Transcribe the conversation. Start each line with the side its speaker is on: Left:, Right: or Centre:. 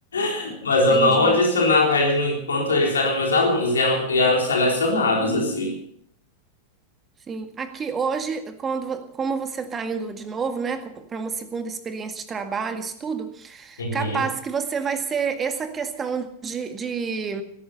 Left: <laughs> Mas eu
Right: entendi.
Left: não adicionava eles no- enquanto eles eram meus alunos e eram, e eram selecionados, assim.
Right: Sim. Aqui hoje, quando, como você está indo de novo, né, para uma segunda experiência de trabalho, estudo,
Left: Uhum.
Right: capaz que você vai ser essa questão de, de,